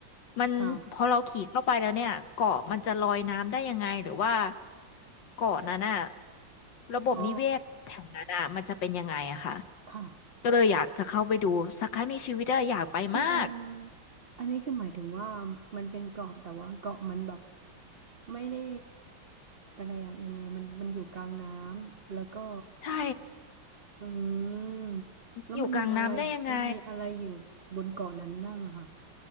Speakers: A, on the left; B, on the right.
A: มันพอเราขี่เข้าไปแล้วเนี่ยเกาะมันจะลอยน้ำได้ยังไงหรือว่า
B: ค่ะ
A: เกาะนั้นอ่ะระบบนิเวศแถวนั้นอ่ะมันจะเป็นยังไงอะค่ะ
B: อ๋อค่ะ
A: ก็เลยอยากจะเข้าไปดูสักครั้งในชีวิตอะอยากไปมาก
B: คืออันอันนี้คือหมายถึงว่ามันเป็นเกาะแต่ว่าเกาะมันแบบไม่ได้อะไรอะยังไงมันมันอยู่กลางน้ำแล้วก็
A: ใช่
B: อืมแล้วมันมีอะไรมันมีอะไรอยู่บนเกาะนั้นบ้างอะค่ะ
A: อยู่กลางน้ำได้ยังไง